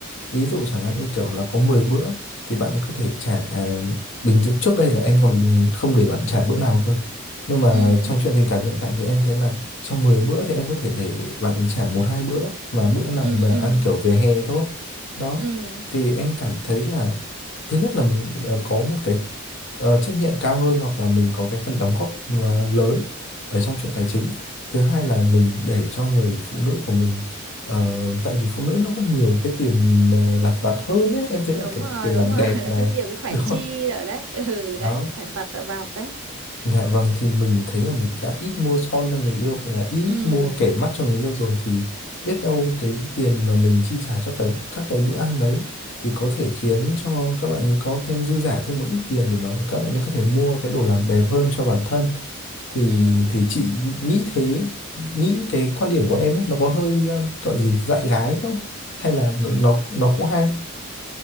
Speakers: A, on the left; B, on the right.
A: ví dụ chẳng hạn như kiểu là có 10 bữa thì bạn ấy có thể trả à, bình thường trước đây là em còn không để bạn trả bữa nào cơ nhưng mà
B: ừ
A: trong chuyện tình cảm hiện tại thì em thấy là trong 10 bữa thì em có thể để bạn ấy trả một hai bữa mà bữa nào
B: ừ
A: mà
B: ừ ừ
A: ăn kiểu về hè thôi đó
B: ừ.
A: thì em cảm thấy là thứ nhất là mình ờ, có một cái ờ, trách nhiệm cao hơn hoặc là mình có cái phần đóng góp mà lớn ở trong chuyện tài chính thứ hai là mình để cho người phụ nữ của mình ờ, tại vì phụ nữ nó có nhiều cái tiền ờ, lặt vặt hơn ấy em thấy là
B: đúng
A: kiểu
B: rồi
A: tiền
B: đúng
A: làm
B: rồi
A: đẹp
B: <laughs> nó
A: này
B: có nhiều cái
A: <laughs>
B: khoản
A: đúng
B: chi
A: không
B: rồi đấy <laughs> ừ
A: đó
B: đấy khoản vặt và vặt đấy
A: Dạ vâng thì mình thấy là mình đã ít mua son cho người yêu hay là ít
B: ừ
A: mua kẻ mắt cho người yêu rồi thì biết đâu cái tiền mà mình chi trả cho cái các cái bữa ăn đấy thì có thể khiến cho các bạn ấy có thêm dư giả thêm một ít tiền để mà các bạn ấy có thể mua cái đồ làm đẹp hơn cho bản thân thì
B: ừ
A: thì chị nghĩ thế nghĩ cái quan điểm của em ấy nó có hơi um, gọi gì dại gái không hay là nó nó cũng hay